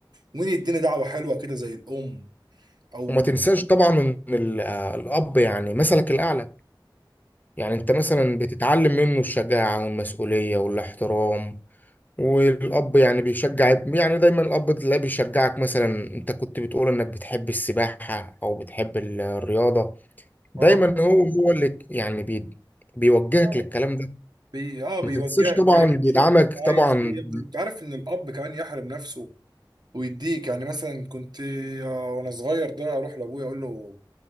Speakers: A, on the right; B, on the left.
A: ومين يديني دعوه حلوه كده زي الام او
B: وما تنساش طبعا ان ال- آه، الاب يعني مثلك الاعلى يعني انت مثلا بتتعلم منه الشجاعه والمسؤوليه والاحترام والأب يعني بيشجع ابن- يعني دايما الأب تلاقيه بيشجعك مثلا أنت كنت بتقول إنك بتحب السباحة أو بتحب ال- الرياضة دايما
A: اه
B: هو هو اللي يعني بي بيوجهك
A: يعني
B: للكلام ده
A: بي... اه بيوجهك
B: ما تنساش طبعا
A: دايما
B: بيدعمك
A: شوف انت
B: طبعا
A: عايز ايه يا ابني انت عارف ان الاب كمان يحرم نفسه ويديك يعني مثلا كنت آه، وانا صغير ده اروح لابويا اقول له